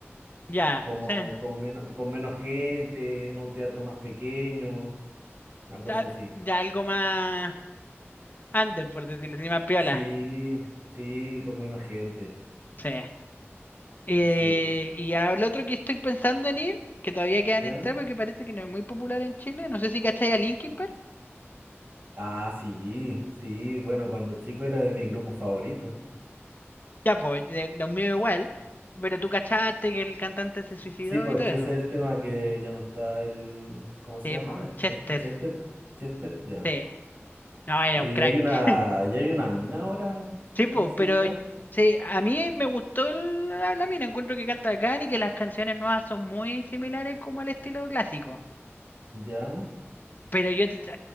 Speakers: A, on the left; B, on the right.
A: ya,
B: como
A: sí.
B: con menos, con menos gente, en un teatro más pequeño, una cosa
A: Ya,
B: así.
A: ya algo más under, por decirlo así, más piola.
B: Sí, sí, con menos gente.
A: Sí. Eh,
B: Sí.
A: y al otro que estoy pensando en ir, que todavía quedan
B: ¿Ya?
A: entrar porque parece que no es muy popular en Chile, no sé si cacháis a Linkin Park.
B: Ah, sí, sí. Bueno, cuando chico era de mi grupo favorito.
A: Ya, pues, de- los míos igual, pero tú cachaste que el cantante se suicidó
B: Sí, pues
A: y todo
B: es que
A: eso.
B: ese es el tema que ya no está el, ¿cómo se
A: Sí,
B: llamaba?
A: pues,
B: El
A: Chester,
B: Ches- Chester, Chester, ya.
A: sí. No, era
B: Eh,
A: un
B: Y
A: crack.
B: hay una,
A: <laughs>
B: ya hay una mina ahora
A: Sí,
B: en
A: pues,
B: su
A: pero
B: lugar.
A: sí, a mí me gustó la, la mina, encuentro que canta bacán y que las canciones nuevas son muy similares como al estilo clásico.
B: Ya,
A: Pero yo te-